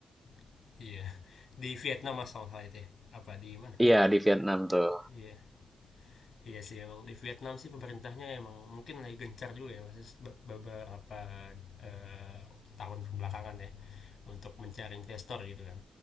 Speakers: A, on the left; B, in the centre.
A: <laughs> iya, di Vietnam masalah itu ya. Apa di mana?
B: Iya, di Vietnam tuh.
A: Iya, iya sih emang di Vietnam sih pemerintahnya emang mungkin lagi gencar juga ya mas, be- beberapa eh, tahun kebelakangan ya untuk mencari investor gitu kan.